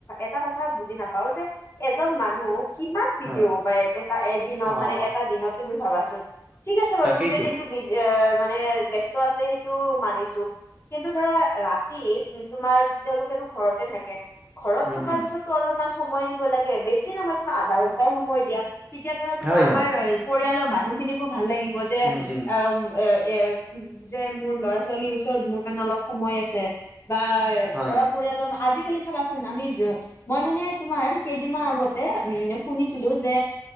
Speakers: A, on the left; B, on the right.
A: এটা কথা বুজি নাপাও যে এজন মানুহ। কিমান বিজি
B: হয়,
A: হ'ব পাৰে এটা এদিনত
B: অ',
A: মানে এটা দিনত তুমি ভাবাচোন। ঠিক আছে বাৰু
B: তাকেইতো
A: গোটেই দিনটো মানে ব ব্যস্ত আছে সেইটো মানিছো। কিন্তু ধৰা ৰাতি তোমাৰ তেওঁলোকেটো ঘৰতে থাকে। ঘৰত
B: উম,
A: থকাৰ
B: উম,
A: পিছতো অলপমান সময় দিব লাগে! বেছি নহয়, তোমাৰ আধা ঘন্টাই সময় দিয়া! তেতিয়া ধৰা তোমাৰ
B: হয়,
A: আমাৰ
B: হয়,
A: পৰিয়ালৰ মানুহখিনিকো ভাল লাগিব যে
B: উম, উম,
A: এম। এ, এ যে মোৰ ল'ৰা ছোৱালীৰ ওচৰত মোৰ কাৰণে অলপ সময় আছে বা এই।
B: হয়,
A: ধৰা পৰিয়ালৰ আজিকালি চাবাচোন আমি য। মই মানে তোমাৰ কেইদিনমান আগতে উম শুনিছিলোঁ, যে